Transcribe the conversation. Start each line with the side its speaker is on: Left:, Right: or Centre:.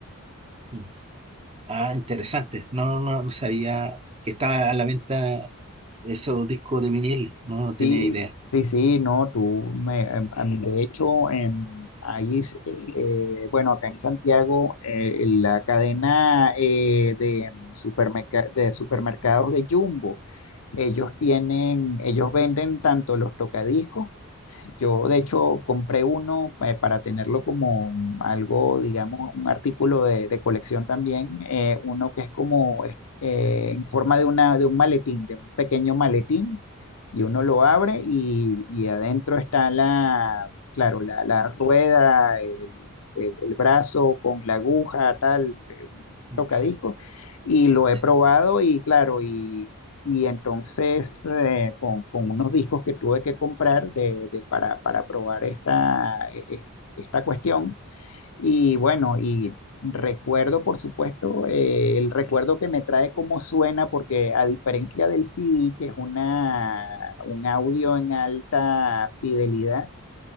Right: Mm. Ah, interesante. No, no, no sabía que estaba a la venta esos discos de vinil. No, no tenía
Left: Sí,
Right: idea.
Left: sí, sí, no, tú, me, em, em, de hecho, em, ahí, s- eh, eh, bueno, acá en Santiago, eh, la cadena eh, de, em, supermerca- de supermercados de Jumbo, ellos tienen, ellos venden tanto los tocadiscos, Yo, de hecho, compré uno eh, para tenerlo como algo, digamos, un artículo de, de colección también, eh, uno que es como eh, en forma de, una, de un maletín, de un pequeño maletín y uno lo abre y, y adentro está la, claro, la, la rueda, el, el- el brazo con la aguja, tal, eh, un
Right: Mm.
Left: tocadisco, y lo he
Right: Sí.
Left: probado y claro, y, y entonces eh, con, con unos discos que tuve que comprar de, de- para, para probar esta, e- e- esta cuestión y bueno, y recuerdo, por supuesto, eh, el recuerdo que me trae cómo suena, porque a diferencia del CD, que es una, un audio en alta fidelidad,